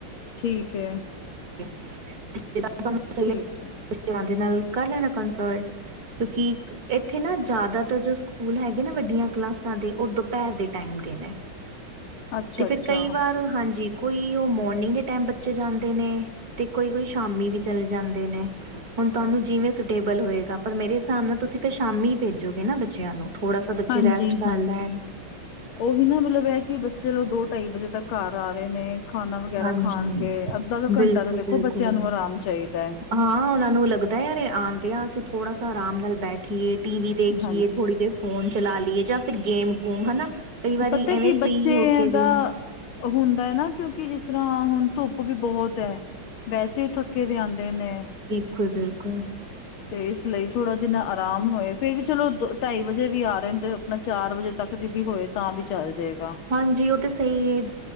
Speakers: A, on the left; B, on the right.
A: ਠੀਕ ਹੈ
B: <unintelligible> ਜਿਦਾਂ ਤੁਆਨੁ ਸਈ
A: ਠੀਕ
B: ਲੱਗੇ
A: ਹੈ
B: <unintelligible> ਓਦੇ ਨਾਲ ਕਰ ਲੈਨਾ ਕੰਸਲਟ ਕਿਉਂਕਿ ਇੱਥੇ ਨਾ ਜ਼ਿਆਦਾਤਰ ਜੋ ਸਕੂਲ ਹੈਗੇ ਨਾ ਵੱਡੀਆਂ ਕਲਾਸਾਂ ਦੇ, ਉਹ ਦੁਪਹਿਰ ਦੇ ਟਾਈਮ ਦੇ ਨੇ।
A: <inaudible> ਅੱਛਾ
B: ਤੇ
A: ਅੱਛਾ
B: ਫਿਰ ਕਈ ਵਾਰ ਹਾਂਜੀ ਕੋਈ ਉਹ ਮੋਰਨਿੰਗ ਦੇ ਟਾਈਮ ਬੱਚੇ ਜਾਂਦੇ ਨੇ ਤੇ ਕੋਈ - ਕੋਈ ਸ਼ਾਮੀ ਵੀ ਚਲੇ ਜਾਂਦੇ ਨੇ। ਹੁਣ ਤੁਹਾਨੂੰ ਜਿਵੇਂ ਸੁਟੇਬਲ ਹੋਏਗਾ, ਪਰ ਮੇਰੇ ਹਿਸਾਬ ਨਾਲ ਤੁਸੀਂ ਫਿਰ ਸ਼ਾਮੀ ਭੇਜੋਗੇ ਨਾ ਬੱਚਿਆਂ ਨੂੰ। ਥੋੜਾ ਸਾ ਬੱਚੇ
A: ਹਾਂਜੀ
B: ਰੈਸਟ ਕਰ
A: ਹਾਂਜੀ
B: ਲੈਣ।
A: ਉਹੀ ਨਾ ਮਤਲਬ ਹੈ ਕਿ ਬੱਚੇ ਲੋ ਦੋ ਢਾਈ ਵਜੇ ਤੱਕ ਘਰ ਆ ਰਹੇ ਨੇ ਖਾਣਾ ਵਗੈਰਾ
B: ਹਾਂਜੀ
A: ਖਾਣਗੇ, ਅੱਧਾ ਕੁ
B: ਬਿਲਕੁਲ-ਬਿਲਕੁਲ।
A: ਘੰਟਾ ਤੇ ਦੇਖੋ ਬੱਚਿਆਂ ਨੂੰ ਆਰਾਮ ਚਾਹੀਦਾ ਹੈ।
B: ਹਾਂ ਉਹਨਾਂ ਨੂੰ ਲੱਗਦਾ ਯਾਰ ਆਉਂਦੇ ਆ ਅਸੀਂ ਥੋੜ੍ਹਾ ਸਾ ਆਰਾਮ ਨਾਲ ਬੈਠ ਖੇਡੀਏ, ਟੀ ਵੀ ਦੇਖੀਏ,
A: ਹਾਂਜੀ
B: ਥੋੜੀ ਦੇਰ ਫੋਨ ਚਲਾ ਲਈਏ, ਜਾਂ ਫਿਰ ਗੇਮ- ਗੂਮ ਹਨਾ। ਕਈ ਵਾਰੀ
A: ਪਤਾ
B: ਐਵੇਂ
A: ਕਿ ਬੱਚੇ
B: ਫ੍ਰਰੀ ਹੋ ਕੇ
A: ਆਂ ਦਾ
B: ਵੀ
A: ਉਹ ਹੁੰਦਾ ਹੈ ਨਾ ਕਿਉਂਕਿ ਜਿਸ ਤਰ੍ਹਾਂ ਹੁਣ ਧੁੱਪ ਵੀ ਬਹੁਤ ਹੈ। ਵੈਸੇ ਉਹ ਥੱਕੇ ਦੇ ਆਉਂਦੇ ਨੇ।
B: ਬਿਲਕੁਲ -ਬਿਲਕੁਲ!
A: ਤੇ ਇਸ ਲਈ ਥੋੜਾ ਜਿਨਾ ਆਰਾਮ ਹੋਏ, ਫੇਰ ਵੀ ਚਲੋ ਢਾਈ ਵਜੇ ਵੀ ਆ ਰਹੇ ਨੇ ਤੇ ਆਪਣਾ ਚਾਰ ਵਜੇ ਤੱਕ ਦੀ ਵੀ ਹੋਏ ਤਾਂ ਵੀ ਚੱਲ ਜਾਏਗਾ।
B: ਹਾਂਜੀ, ਉਹ ਤੇ ਸਹੀਏ।